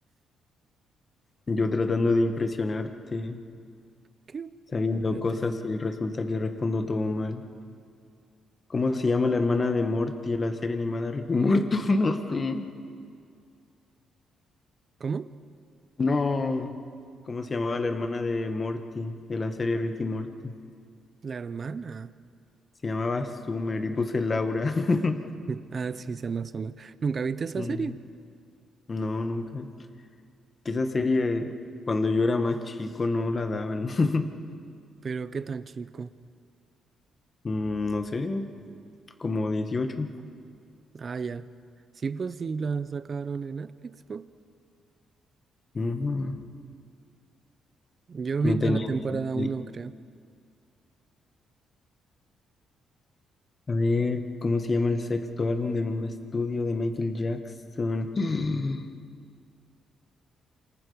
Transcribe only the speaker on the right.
<laughs> ¿Qué?
Espérate.
¿Cómo?
La hermana. <laughs>
Ah, sí, se llama asoma. ¿Nunca viste esa
serie?
Pero qué tan chico.
Ah, ya. Sí, pues sí, la sacaron en Netflix, ¿no?
Yo
vi
toda la temporada
uno creo.